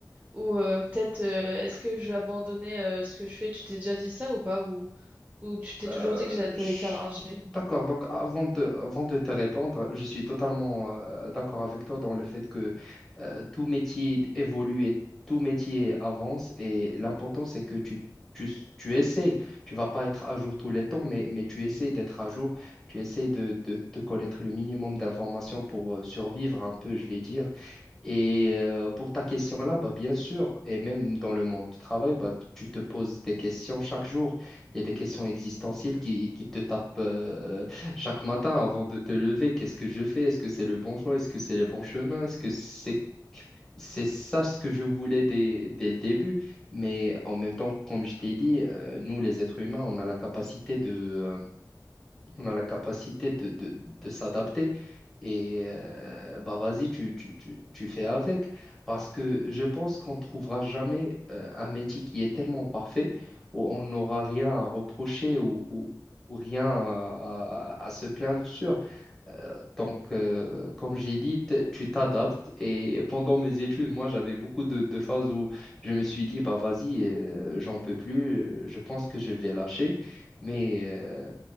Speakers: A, on the right (about 20°); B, in the centre.
A: ou euh, peut-être, euh, est-ce que je vais abandonner euh, ce que je fais? Tu t'es déjà dit ça ou pas? Ou, ou tu t'es
B: Euh,
A: toujours dit que j'allais t'allais
B: je-
A: faire un G?
B: D'accord, donc avant de, avant de te répondre, je suis totalement euh, d'accord avec toi dans le fait que euh, tout métier d- évolue et tout métier avance et l'important c'est que tu, tu, s- tu essayes, tu vas pas être à jour tous les temps, mais, mais tu essayes d'être à jour, tu essayes de, de, de connaître le minimum d'informations pour euh, survivre un peu, je vais dire. Et euh, pour ta question là, bah, bien sûr, et même dans le monde du travail, bah, tu te poses des questions chaque jour. Il y a des questions existentielles qui, qui te tapent euh, <laughs> chaque matin avant de te lever. Qu'est-ce que je fais? Est-ce que c'est le bon choix? Est-ce que c'est le bon chemin? Est-ce que c'est c'est ça ce que je voulais dès, dès le début? Mais en même temps, comme je t'ai dit, euh, nous, les êtres humains, on a la capacité de, euh, on a la capacité de, de, de s'adapter. Et euh, bah vas-y, tu, tu, tu, tu fais avec. Parce que je pense qu'on ne trouvera jamais euh, un métier qui est tellement parfait où on n'aura rien à reprocher ou, ou, ou rien à, à- à se plaindre sur. Donc, euh, comme j'ai dit, t- tu t'adaptes. Et pendant mes études, moi, j'avais beaucoup de, de phases où je me suis dit, bah vas-y, euh, j'en peux plus, euh, je pense que je vais lâcher. Mais euh,